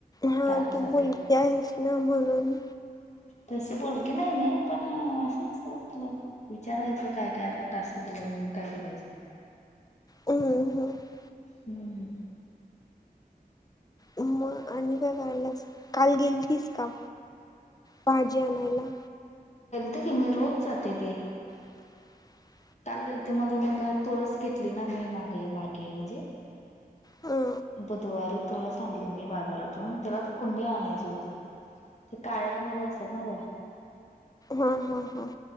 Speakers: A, on the left (about 25°); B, on the left (about 45°).
A: हा
B: टास्क
A: तू
B: साठी
A: बोलती आहेस ना म्हणून
B: तशी बोल की नाही मी पण असंच! असलं विचारायच काय काय आता टास्क दिलंय म्हणून काय करायचं.
A: हम्म हम्म
B: हं हं
A: मग आणि काय करायला काल गेलतीस का भाजी आणायला.
B: तरी मी रोज जाते ते
A: <unintelligible>
B: काल गेल ते मध्ये मला तुळस घेतली ना मी मागे मागे म्हणजे
A: हा
B: बुधवारी तुळस आणली मी बाजारातून त्याला कुंडी आणायची होती. ते काळ्या रंगामध्ये असतात ना त्या
A: हा हा हा